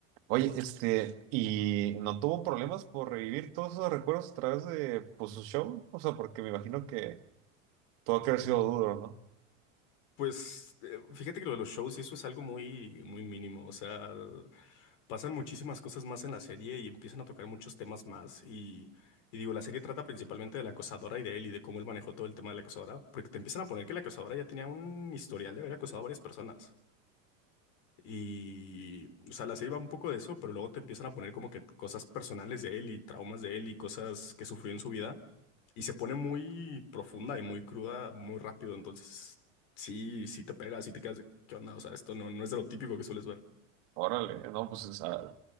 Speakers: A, on the right; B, on the left.
A: Oye, este, ¿y no tuvo problemas por revivir todos esos recuerdos a través de pues, su show? O sea, porque me imagino que tuvo que haber sido duro, ¿no?
B: Pues eh, fíjate que lo de los shows y eso es algo muy, muy mínimo. O sea, pasan muchísimas cosas más en la serie y empiezan a tocar muchos temas más. Y, y digo, la serie trata principalmente de la acosadora y de él y de cómo él manejó todo el tema de la acosadora, porque te empiezan a poner que la acosadora ya tenía un historial de haber acosado a varias personas. Y, o sea, la serie va un poco de eso, pero luego te empiezan a poner como que cosas personales de él y traumas de él y cosas que sufrió en su vida. Y se pone muy profunda y muy cruda muy rápido. Entonces, sí, sí te pega, sí te quedas de, ¿qué onda? O sea, esto no, no es de lo típico que sueles ver.
A: Órale, no, pues o sea,